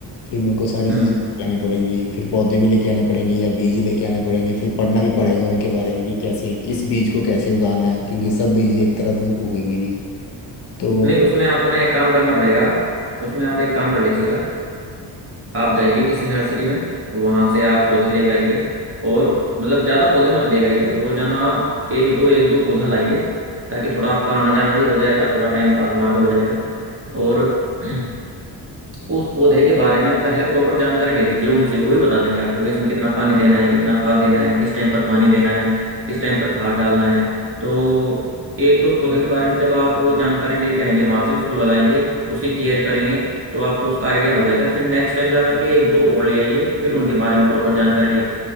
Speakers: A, on the left; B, on the right.
A: फिर मेरे को सारी
B: हम्म
A: चीज़ें लेके आनी पड़ेंगी फिर पौधे भी लेके आने पड़ेंगे या बीज लेके आने पड़ेंगे फिर पढ़ना भी पड़ेगा उनके बारे में कि कैसे किस बीज को कैसे उगाना है क्योंकि सब बीज एक तरह से उगेंगे नहीं तो
B: नहीं उसमें आपको ना एक काम करना पड़ेगा उसमें आप एक काम कर लीजिएगा आप जाइए किसी नर्सरी में और वहां से आप पौधे लेके आइए और मतलब ज्यादा पौधे मत लेके आइए रोजाना एक दो एक दो पौधा लाइए ताकि थोड़ा आपका आना जाना भी हो जाएगा थोड़ा टाइम पास वहां पे हो जाएगा और <clears throat> उस पौधे के बारे में पहले प्रॉपर जानकारी ले लीजिए उनसे वही बता देंगे आपको कि इसमें कितना पानी देना है कितना खाद देना है किस टाइम पर पानी देना है किस टाइम पर खाद डालना है तो एक दो पौधे के बारे में जब आप जानकारी लेके आएंगे वहां से उसको लगाएंगे उसकी केयर करेंगे तो आपको उसका आइडिया हो जाएगा फिर नेक्स्ट टाइम जा करके एक दो और ले आइए फिर उनके बारे में प्रॉपर जानकारी लिए